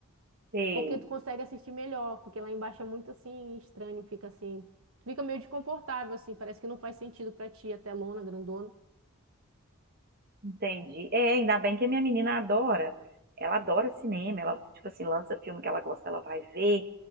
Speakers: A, on the right (about 45°); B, on the right (about 65°).
A: Sei,
B: Porque tu consegue assistir melhor, porque lá embaixo é muito assim estranho, fica assim, tu fica meio desconfortável assim, parece que não faz sentido pra ti a telona grandona.
A: entendi. É, ainda bem que a minha menina adora, ela adora cinema, ela, tipo assim, lança filme que ela gosta, ela vai ver.